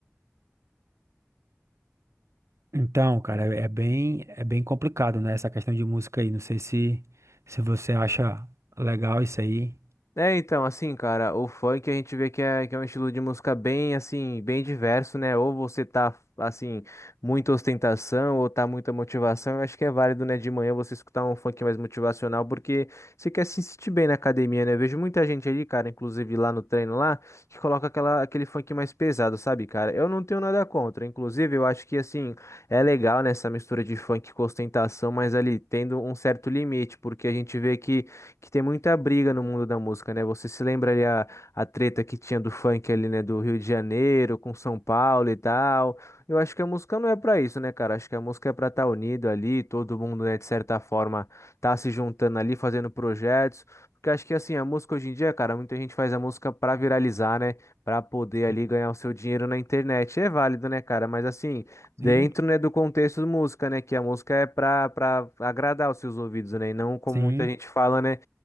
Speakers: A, on the right; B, on the left.
A: Então, cara, é é bem, é bem complicado, né? Essa questão de música aí. Não sei se, se você acha legal isso aí.
B: É, então, assim, cara, o funk a gente vê que é, que é um estilo de música bem, assim, bem diverso, né? Ou você tá, assim, muita ostentação, ou tá muita motivação. Eu acho que é válido, né, de manhã você escutar um funk mais motivacional, porque você quer se sentir bem na academia, né? Eu vejo muita gente ali, cara, inclusive lá no treino lá, que coloca aquela, aquele funk mais pesado, sabe, cara? Eu não tenho nada contra. Inclusive, eu acho que, assim, é legal, né, essa mistura de funk com ostentação, mas ali tendo um certo limite, porque a gente vê que que tem muita briga no mundo da música, né? Você se lembra ali a, a treta que tinha do funk ali, né? Do Rio de Janeiro com São Paulo e tal. Eu acho que a música não é pra isso, né, cara? Acho que a música é pra estar unido ali, todo mundo, né, de certa forma, tá se juntando ali, fazendo projetos. Porque acho que assim, a música hoje em dia, cara, muita gente faz a música pra viralizar, né? Pra poder
A: Sim,
B: ali ganhar o seu dinheiro na internet. É válido, né, cara? Mas assim, dentro,
A: sim.
B: né, do contexto de música, né? Que a música é pra, pra agradar os seus ouvidos, né? E não como
A: Sim.
B: muita gente fala, né?